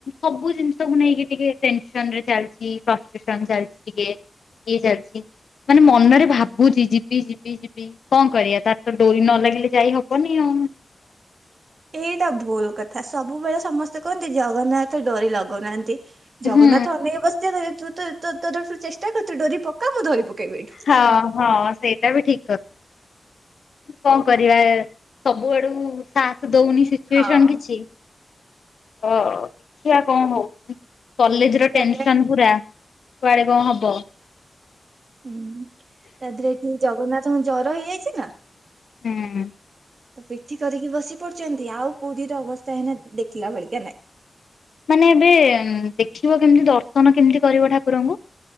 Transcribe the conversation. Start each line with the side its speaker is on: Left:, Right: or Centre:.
Left: ସବୁ ଜିନିଷକୁ ନେଇକି ଟିକେ ଟେନସନ୍ ରେ ଚାଲିଚି ଫ୍ରଷ୍ଟେସନ ଚାଲିଚି ଟିକେ। ଇଏ ଚା ଲ୍ ଚି ମାନେ ମନରେ ଭାବୁଚି ଯିବି ଯିବି ଯିବି କଣ କରିବା ତାର ତ ଡୋରି ନ ଲାଗିଲେ ଯାଇ ହବନି ଆଉ।
Right: ଏଇଟା ଭୁଲ୍ କଥା ସବୁବେଳେ ସମସ୍ତେ କୁହନ୍ତି ଜଗନ୍ନାଥ ଡୋରି ଲଗଉନାହାନ୍ତି ଜଗନ୍ନାଥ
Left: ହୁଁ
Right: ଅନେଇ <inaudible> ତୁ ତୁ ଚେଷ୍ଟା କରେ ଡୋରି ପକା ମୁଁ ଧରି ପକେଇବି। ଏଇଠୁ।
Left: ହଁ ହଁ ସେଇଟା ବି ଠିକ୍ କଣ କରିବା ସବୁଆଡକୁ ସାଥ ଦଉନି। ସିଚୁଏସନ୍
Right: ହଁ
Left: କିଛି ହଁ ଦେଖିବା କଣ ହଉଚି କଲେଜେ
Right: ତା
Left: ଟେନ୍ସନ୍
Right: ଦେହରେ
Left: ପୁରା କୁଆଡେ କଣ ହବ।
Right: ହୁଁ ତା ଦେହରେ ଏଠି ଜଗନ୍ନାଥଙ୍କ ଜର ହେଇଯାଇଚି ନା।
Left: ହୁଁ।
Right: ତ ପିଠି କରିକି ବସି ପଡିଚନ୍ତି ଆଉ ପୁରୀର ଅବସ୍ଥା ହେନା ଦେଖିଲା ବେଳିକା ନାଇଁ।
Left: ମାନେ ଏବେ ଦେଖିବ କେମିତି ଦର୍ଶନ କେମିତି କରିବ ଠାକୁରଙ୍କୁ?